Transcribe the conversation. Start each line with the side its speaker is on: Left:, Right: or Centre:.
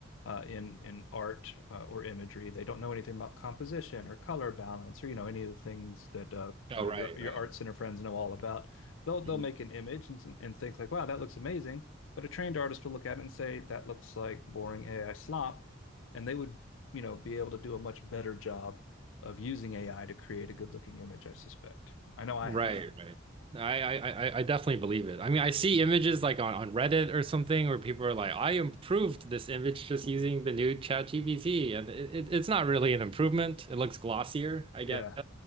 Left: uh, in in art uh, or imagery, they don't know anything about composition or color balance or you know any of the things that uh, uh,
Right: Oh,
Left: your
Right: right,
Left: your
Right: right.
Left: art center friends know all about. They'll they'll
Right: Mhm.
Left: make an image and, and think like, wow, that looks amazing. But a trained artist will look at it and say, that looks like boring AI slop and they would, you know, be able to do a much better job of using AI to create a good looking image, I suspect. I know I
Right: Right,
Left: have.
Right: right. I, I I I definitely believe it. I mean, I see images like on, on Reddit or something where people are like, I improved this image just using the new ChatGPT. And it, it, it's not really an improvement. It looks glossier, I
Left: Yeah,
Right: guess.